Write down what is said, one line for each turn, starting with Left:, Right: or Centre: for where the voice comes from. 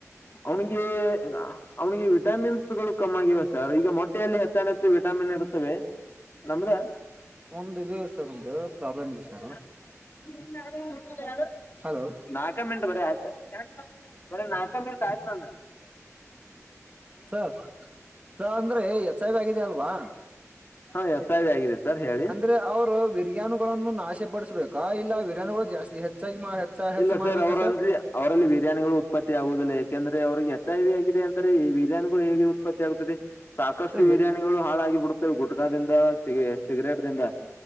Left: ಅವ್ನಿಗೆ ಅವ್ನಿಗೆ ವಿಟಾಮಿನ್ಸ್ಗಳು ಕಮ್ಮ ಆಗಿವೆ ಸರ್ ಈಗ ಮೊಟ್ಟೆಯಲ್ಲಿ ಹೆಚ್ಚ ವಿಟಾಮಿನ್ ಇರುತ್ತವೆ ನಮ್ದ
Right: ದ <unintelligible> ಸರ್ ಪ್ರಾಬ್ಲಮ್ ಇದೆ ಸರ್
Left: ಯಾರು
Right: ಹಲೋ
Left: ನಾಲ್ಕ ಮಿನಟ್ ಬರೀ ಆಯ್ತ ಬರ ನಾಲ್ಕ ಮೇಲೆ ತಯ್ತ್ನ
Right: ಸ ಸ ಅಂದ್ರೆ ಎಚ್ ಐ ಆಗಿದೆ ಅಲ್ವಾ
Left: ಹ ಎತ್ತಾಯಿ ಆಗಿದೆ ಸರ್ ಹೇಳಿ
Right: ಅಂದ್ರೆ ಅವ್ರು ಬವಿರ್ಯಾನುಗಳನ್ನು ನಾಶ ಪಡಿಸಬೇಕಾ ಇಲ್ಲ ವಿರಿರ್ಯಾನಿಗಳು ಜಾಸ್ತಿ ಹೆಚ್ಚಾಗಿ ಹೆಚ್ಚ ಹೆಚ್ಚ
Left: ಇಲ್ಲ ಸರ್
Right: ಮಾಡ್ಬೇಕಾ
Left: ಅವರಂದ ಅವರಲ್ಲಿ ವೀರ್ಯಾಣುಗಳು ಉತ್ಪತ್ತಿ ಆಗುವುದಿಲ್ಲ ಯಾಕೆಂದ್ರೆ ಅವ್ರಿಗೆ ಎಚ್ ಐ ವಿ ಆಗಿದೆ ಅಂದ್ರೆ ಈ ವೀರ್ಯಾಣುಗಳು ಹೇಗೆ ಉತ್ಪತ್ತಿ ಆಗುತ್ತದೆ ಸಾಕಷ್ಟು
Right: ಸರ್
Left: ವೀರ್ಯಾಣುಗಳು ಹಾಳಾಗಿಬೆ ಗುಟಕದಿಂದ ಸಿಗ ಸಿಗರೇಟ್ ದಿಂದ